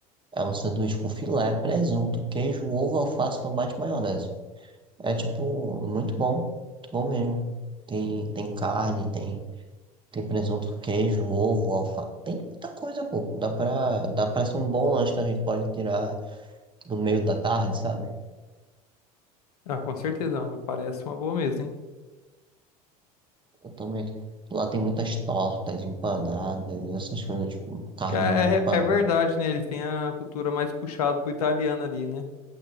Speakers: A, on the right (about 25°); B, on the left (about 85°).
A: é um sanduíche com filé, presunto, queijo, ovo, alface, tomate e maionese. É, tipo, muito bom. Muito bom mesmo. Tem, tem carne, tem, tem presunto, queijo, ovo, alface. Tem muita coisa, pô. Dá pra, dá pra ser um bom lanche que a gente pode tirar no meio da tarde, sabe?
B: Ah, com certeza, mano. Parece uma boa mesa, hein?
A: Exatamente. Lá tem muitas tortas, empanadas, essas coisas, tipo, carne
B: Que É,
A: empanada.
B: é é verdade, né? Eles têm a cultura mais puxada pro italiano ali, né?